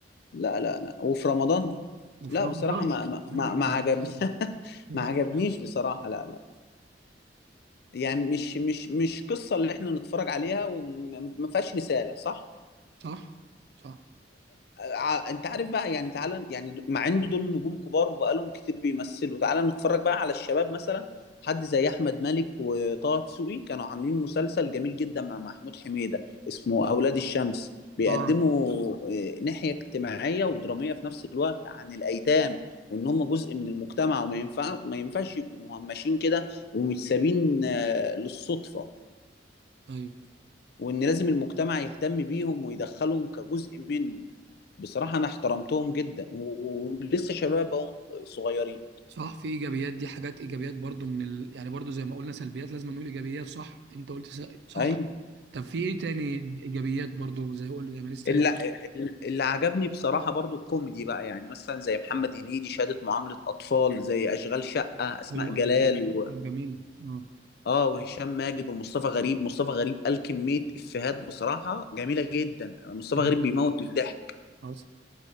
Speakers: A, on the left; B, on the right.
A: لا لا لا وفي رمضان
B: وفي
A: لا
B: رمضان
A: بصراحه ما ما ما
B: إيه
A: ما عجب <laughs>
B: يعني؟
A: ما عجبنيش
B: <laughs>
A: بصراحه لا لا يعني مش مش مش قصه اللي احنا نتفرج عليها وما ما فيهاش رساله صح
B: صح صح
A: ع- انت عارف بقى يعني تعالى يعني د- مع ان دول نجوم كبار وبقالهم كتير بيمثلوا تعالى نتفرج بقى على الشباب مثلا حد زي احمد مالك وطه دسوقي كانوا عاملين مسلسل جميل جدا مع محمود حميدة اسمه اولاد الشمس بيقدموا
B: اه
A: آه، ناحية اجتماعية ودرامية في نفس الوقت عن الايتام وان هم جزء من المجتمع وما ينفع ما ينفعش يبقوا مهمشين كده ومتسابين آه، للصدفة
B: ايوه
A: وان لازم المجتمع يهتم بيهم ويدخلهم كجزء منه بصراحة انا احترمتهم جدا و- ولسه شباب هم صغيرين
B: صح في ايجابيات دي حاجات ايجابيات برضو من ال... يعني برضو زي ما قلنا سلبيات لازم نقول ايجابيات صح انت قلت س... صح
A: ايوه
B: طب في ايه تاني ايجابيات برضو زي قول زي ما لسه
A: اللي,
B: قايل
A: اللي عجبني بصراحة برضو الكوميدي بقى يعني مثلا زي محمد هنيدي شهادة معاملة أطفال زي أشغال شقة أسماء
B: حلو
A: جلال
B: أوي.
A: و...
B: آه، جميل اه
A: آه وهشام ماجد ومصطفى غريب مصطفى غريب قال كمية إفيهات بصراحة جميلة جدا مصطفى
B: أيوة.
A: غريب بيموت من الضحك
B: خلاص